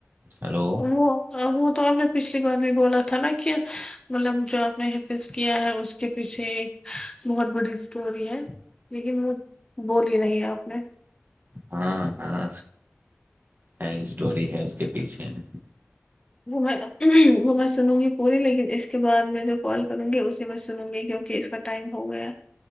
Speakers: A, on the right; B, on the left.
A: ہلو
B: وہ وہ تو آپ نے پچھلی بار بھی بولا تھا نا کیا مطلب جو آپ نے کیا ہے اس کے پیچھے ایک بہت بڑی اسٹوری ہے لیکن وہ <unintelligible> بولی نہیں آپ نے
A: ہاں ہاں ہے اسٹوری ہے اس کے پیچھے <unintelligible>
B: وہ میں وہ میں سنوں گی پوری لیکن اس کے بعد میں جو کال کروں گی اسی میں سنوں گی کیوںکہ کا ٹائم ہو گیا